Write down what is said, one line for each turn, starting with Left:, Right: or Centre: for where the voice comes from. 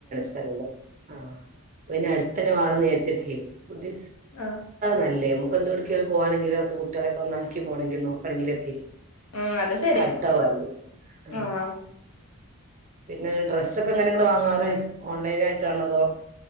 Right: ആപിന്നെടുത്തന്നെ വാണംന്ന്ചാരിച്ചിട്ടേ പുതി
Left: ആഹ്
Right: നല്ലേ നമക്കന്തോടക്കെ പോണെങ്കിലക്കെ കുട്ടിളൊക്കെ ഒന്നാക്കി പോണെങ്കിൽ നോക്കണങ്കിലൊക്കെ
Left: ഉം അത് ശരിയാ
Right: അത്ത വലി ആ
Left: ആഹ്
Right: പിന്നെ ഡ്രെസ്സൊക്കെ ങ്ങനെങ്ങൾ വാങ്ങാറ് ഓൺലൈനായിട്ടാണതോ?